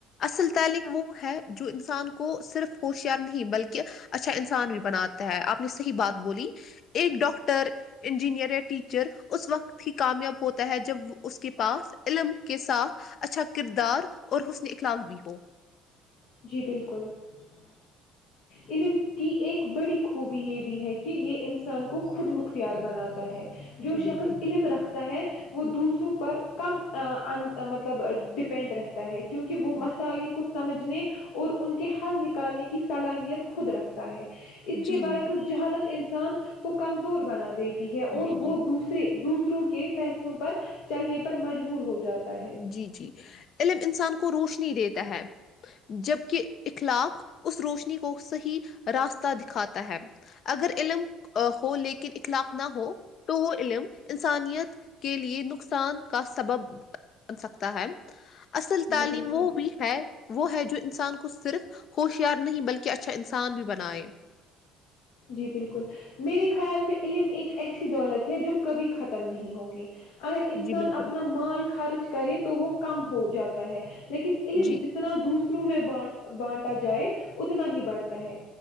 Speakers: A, on the left; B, on the left.
A: اصل تعلیم <unintelligible> وہ ہے جو انسان کو صرف ہوشیار نہیں بلکہ اچھا انسان بھی بناتا ہے آپ نے صحیح بات بولی ایک ڈاکٹر انجینئر یا ٹیچر اس وقت ہی کامیاب ہوتا ہے جب اس کے پاس علم کے ساتھ اچھا کردار اور حسن اخلاق بھی ہو
B: جی بالکل <unintelligible> علم کی ایک بڑی خوبی یہ بھی ہے کہ یہ انسان کو خود مختار بناتا ہے جو
A: جی
B: شخص
A: بالکل
B: علم رکھتا ہے وہ دوسروں پر کم مطلب ڈپینڈ رہتا ہے کیونکہ وہ مسائل
A: جی
B: کھ <unintelligible> سمجھنے اور ان کے حل نکالنے کے <unintelligible> کی صلاحیت خود رکھتا ہے <unintelligible> اس کے
A: جی
B: برعکس
A: جی بالکل
B: جہالت انسان ان کو کمزور بنا دیتے <unintelligible> ہے اور
A: جی
B: وہ
A: جی
B: دوسرے دوسروں کے فیصلوں پر چلنے پر مجبور ہو جاتا ہے
A: جی جی علم انسان کو روش دیتا ہے جبکہ اخلاق اس روشنی کو صحیح راستہ دکھاتا ہے اگر علم ہو لے کے <unintelligible> اخلاق نہ ہو تو وہ علم <unintelligible> انسانیت کے لیے نقصان کا سبب <unintelligible> بن سکتا ہے اصل
B: جی
A: تعلیم
B: بالکل
A: وہ بھی ہے وہ ہے جو انس <unintelligible> انسان کو صرف ہوشیار نہیں بلکہ اچھا انسان بھی بنائےیں <unintelligible>
B: جی بالکل میرے خیال میں علم ایک ایسی دولت ہے جو کبھی ختم نہیں ہوگی اگر انسان
A: جی بالکل
B: اپنا مال خرچ کرے تو وہ کم ہو جاتا ہے <unintelligible> لیکن علم
A: جی
B: جتنا دور <unintelligible> میں بان بانٹا جائے اتنا ہی بڑھتا <unintelligible> ہے